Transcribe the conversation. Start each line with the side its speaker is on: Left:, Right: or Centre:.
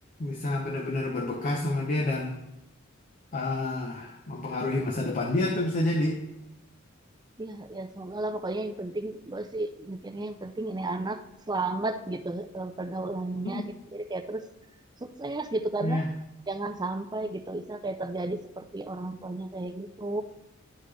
Left: bisa benar-benar berbekas sama dia dan ah mempengaruhi masa depan dia tuh bisa jadi.
Right: Ya, ya semoga lah pokoknya yang penting gue sih mikirnya yang penting ini anak selamat gitu eh, pergaulannya
Left: Hmm.
Right: gitu jadi kayak terus sukses gitu karena
Left: Ya,
Right: jangan sampai gitu bisa kayak terjadi seperti orang tuanya kayak gitu